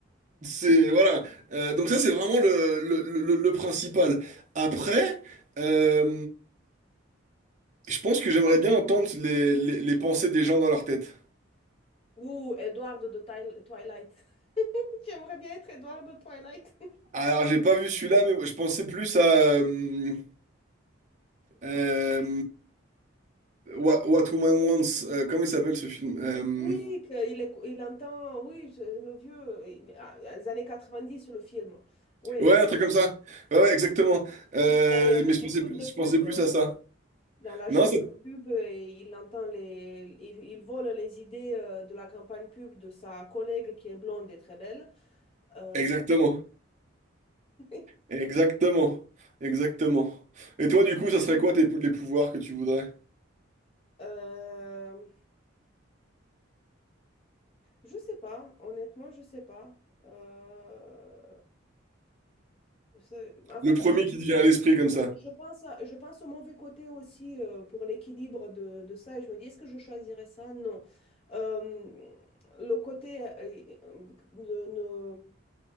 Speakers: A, on the right (about 35°); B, on the left (about 30°).
A: C'est, voilà. Euh, donc ça, c'est vraiment le, le, le- le principal. Après, euh, Je pense que j'aimerais bien entendre les, les, les pensées des gens dans leur tête.
B: Ou Edward de Twi- Twilight. <laughs> Tu aimerais bien être Edward de Twilight.
A: Alors, j'ai pas vu celui-là, mais je pensais plus à euh, euh,
B: <laughs>
A: What, What Woman Wants. euh, comment il s'appelle ce film? Euh,
B: Oui, qu'il éc- il entend, oui, je- le vieux, euh, il- ah, les années 90, le film. Oui,
A: ouais, un truc comme ça. Ouais, ouais, exactement. Euh,
B: il a le,
A: mais je pensais,
B: le truc
A: plus-
B: de pub,
A: je pensais plus
B: euh,
A: à ça.
B: dans l'agence
A: Non, c'est...
B: de pub, euh, et il entend les, il, il vole les idées euh, de la campagne pub de sa collègue qui est blonde et très belle. Euh,
A: Exactement.
B: <laughs>
A: Exactement. Exactement. Et toi, du coup, ça serait quoi tes, pou- les pouvoirs que tu voudrais?
B: euh, je sais pas, honnêtement, je sais pas. Euh, c'est- en fait,
A: Le premier qui te vient à l'esprit comme ça.
B: Je pense, à- je pense au mauvais côté aussi euh, pour l'équilibre de, de ça et je me dis, est-ce que je choisirais ça? Non. Euh, le côté euh, de- de-